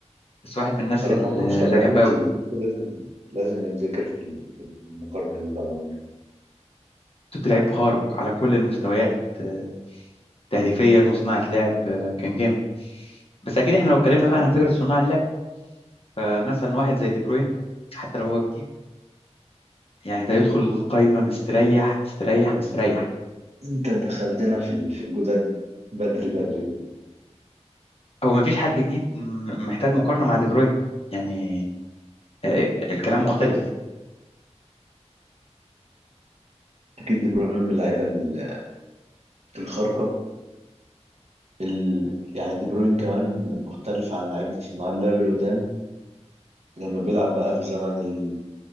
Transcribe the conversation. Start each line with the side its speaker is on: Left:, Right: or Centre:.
Left: بس واحد من الناس
Right: رقم
Left: اللي
Right: 10
Left: اللي بحبها
Right: توتي
Left: قوي
Right: توتي لازم لازم يتذكر في ال- في المقارنة دي طبعا يعني.
Left: كنت لعيب خارق على كل المستويات آه، تهديفيا وصناعة لعب آه، كان جامد بس أكيد إحنا لو اتكلمنا
Right: آه،
Left: بقى
Right: طبعاً.
Left: عن فكرة صناع اللعب آه، مثلا واحد زي دي بروين حتى لو هو جديد يعني ده يدخل القايمة مستريح مستريح مستريح
Right: انت دخلتنا في ال- في الجداد بدري بدري كده.
Left: هو مفيش حد جديد م- محتاج مقارنة مع دي بروين يعني آه، الكلام مختلف
Right: اكيد دي بروين من اللعيبه ال- الخارقه ال... يعني دي بروين كمان مختلف عن لعيبه صناع اللعب اللي قدام لانه بيلعب بقى في زمن ال...